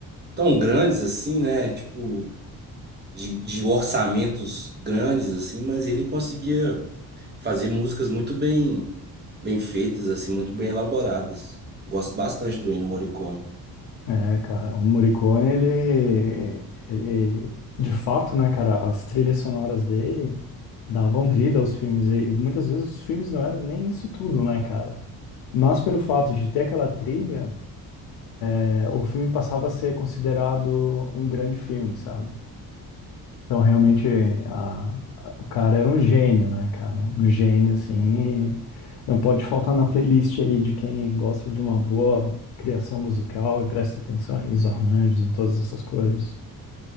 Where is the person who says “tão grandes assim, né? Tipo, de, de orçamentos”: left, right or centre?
Right